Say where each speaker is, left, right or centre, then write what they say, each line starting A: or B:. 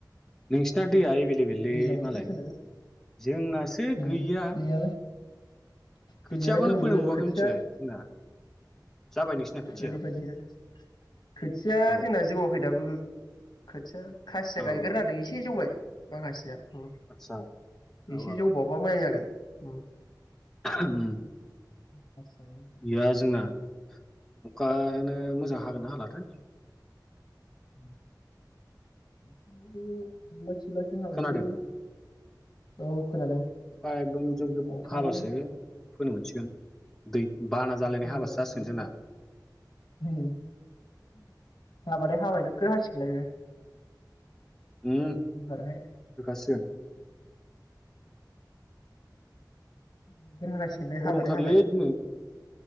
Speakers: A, in the centre; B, on the left (about 70°).
A: नोंसिना दै आ बेले लेबेलै
B: दैज्लां बोथोर
A: मालाय
B: फैनायखायनो
A: जोंनासो
B: उम,
A: गैया।
B: दैयालाय दैयालाय
A: खोथियाखौनो
B: दंमोन
A: फोनो मोनबाव
B: खोथिया
A: आखै मोनथिबाय जोंना जाबाय नोंसिना खोथिया
B: ओरैबायदिनो खोथिया
A: औ
B: जोंना जौआखै दाबो खोथिया खासिया
A: औ
B: गायग्रोनो
A: औ
B: नागेरदों एसे जौबाय। माखासेया उम
A: आदसा औ
B: एसे
A: औ
B: जौबावबा मोजां जागोन। उम।
A: उम।
B: <unintelligible>
A: गैया जोंना अखायानो मोजां हागोनना हालाथाय।
B: <inaudible> हाबायलै
A: खोनादों
B: औ खोनादों
A: अखा एकदम जुब जुब
B: अखायानो
A: हाबासो फोनो मोनसिगोन। दै बाना जालायनाय
B: जौबायगासिनो
A: हाबासो जासिगोन जोंना।
B: नै हाबाथाय हाबाय नो गोर हासिगोन लाय बे
A: उम
B: एबारहाय
A: होखासिगोन।
B: नोगोर हागासिगोन बे हाबाथाय
A: गरमथारलै
B: हाबाय
A: दिनै